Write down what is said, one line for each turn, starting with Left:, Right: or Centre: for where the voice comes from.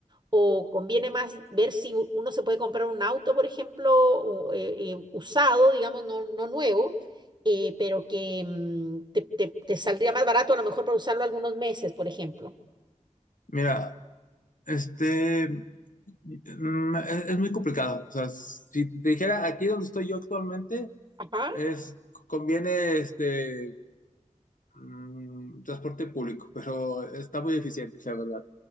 Right: ¿O conviene más ver si u- uno se puede comprar un auto, por ejemplo, o, eh, eh, usado, digamos, no, no nuevo? eh, pero que mm, te, te- te saldría más barato a lo mejor para usarlo algunos meses, por ejemplo.
Left: Mira, Este, mm, es, es muy complicado. O sea, si te dijera aquí donde estoy yo actualmente,
Right: Ajá,
Left: es, conviene este mm, transporte público, <laughs> pero está muy eficiente, la verdad.